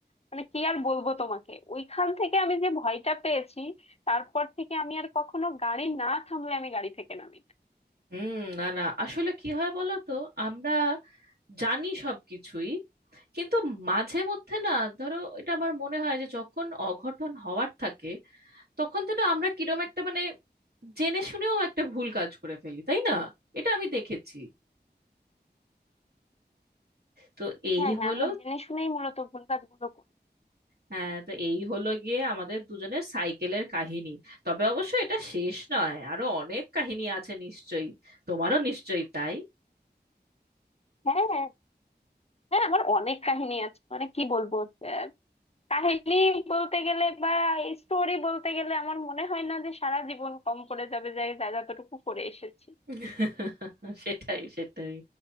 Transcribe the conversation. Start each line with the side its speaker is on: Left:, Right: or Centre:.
Left: মানে কি আর বলবো তোমাকে ওইখান থেকে আমি যে ভয়টা পেয়েছি তারপর থেকে আমি আর কখনো গাড়ি না থামলে আমি গাড়ি থেকে নামি না।
Right: হুম, না না আসলে কি হয় বলো তো আমরা জানি সবকিছুই কিন্তু মাঝে মধ্যে না ধরো এটা আমার মনে হয় যে যখন অঘটন হওয়ার থাকে তখন যেন আমরা কিরম একটা মানে জেনে শুনেও একটা ভুল কাজ করে ফেলি তাই না এটা আমি দেখেছি তো এই
Left: হ্যাঁ হ্যাঁ
Right: হলো
Left: আমরা জেনে শুনেই মূলত ভুল কাজগুলো করি
Right: হ্যাঁ তো এই হলো গিয়ে আমাদের দুজনের সাইকেলের কাহিনী তবে অবশ্য এটা শেষ নয় আরো অনেক কাহিনী আছে নিশ্চয়ই তোমারও নিশ্চয়ই তাই
Left: হ্যাঁ হ্যাঁ হ্যাঁ, আমার অনেক কাহিনী আছে মানে কি বলবো আহ, কাহিনী বলতে গেলে বা স্টোরি বলতে গেলে আমার মনে হয় না যে সারা জীবন কম করে যাবে যে যা যতটুকু করে এসেছি
Right: <laughs> সেটাই সেটাই